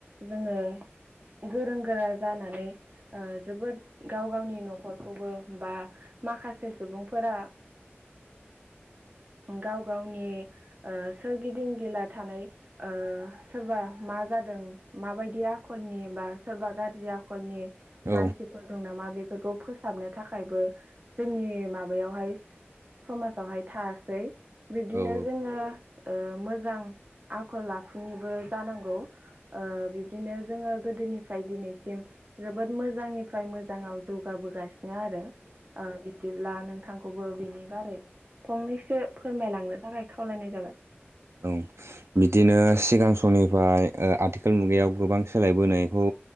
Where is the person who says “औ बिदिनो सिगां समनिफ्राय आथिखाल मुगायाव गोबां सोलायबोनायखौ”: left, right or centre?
Right